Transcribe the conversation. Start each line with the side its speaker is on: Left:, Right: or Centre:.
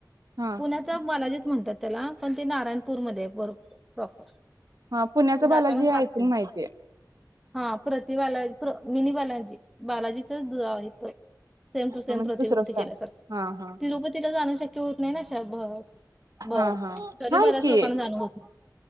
Right: हा
Centre: तर बालाजीच म्हणतात त्याला, पण ते नाराणपूरमधे आहे बरो प्रॉपर.
Right: हा पुण्याचा
Centre: ते जातानाच
Right: बालाजी हे
Centre: लागते
Right: ऐकून माहितीय.
Centre: हा प्रति बालाजी, मिनी बालाजी बालाजीचंच दु आहे त. सेम टू
Right: आहे
Centre: सेम
Right: म्हणजे
Centre: प्रतिकृती
Right: दुसरं स्थान
Centre: केल्यासारखं.
Right: हा हा
Centre: तिरुपतीला जाणं शक्य होत नाही ना शबस ब
Right: हा हा
Centre: तरी
Right: थांब
Centre: बऱ्याच
Right: की
Centre: लोकांना जाण होत नही,